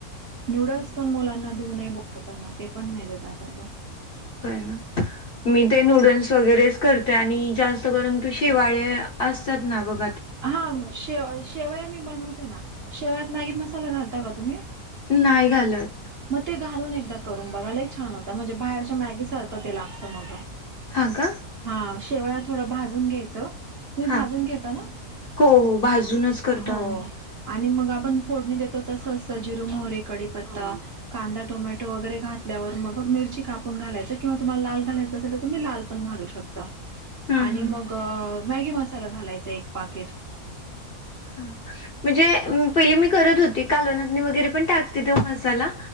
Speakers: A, on the right; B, on the left.
A: नूडल्स पण मुलांना देऊ नये बोलतात ते पण नाही देत आता तर.
B: होय ना मी ते नूडल्स वगैरेच करते आणि जास्त करून शा शिवाळे असतात ना बघ.
A: हा शेव शेवया मी बनवते ना शेवयात मॅगी मसाला घालता का तुम्ही.
B: नाही घालत.
A: मग ते घालून एकदा करून बघा लय छान होतं, म्हणजे बाहेरच्या मॅगी सारखं ते लागतं मग.
B: हा का.
A: हा शेवया थोडं भाजून घ्यायचं. तुम्ही
B: हा.
A: भाजून घेता ना!
B: हो हो भाजूनच करतो
A: हो.
B: आम्ही
A: आणि मग आपण फोडणी देतो तसचं जिर, मोहरी, कडीपत्ता.. कांदा, टोमॅटो वगैरे घातल्यावर मग मिरची कापून घालायचं किंवा तुम्हाला लाल घालायचं तर तुम्ही लालपण घालू शकता.
B: हम्म
A: आणि
B: हम्म.
A: मग मॅगी मसाला घालायचा एक पाकीट.
B: हा म्हणजे पहिली मी करत होती, कालवनामधी वगैरे पण टाकते तो मसाला.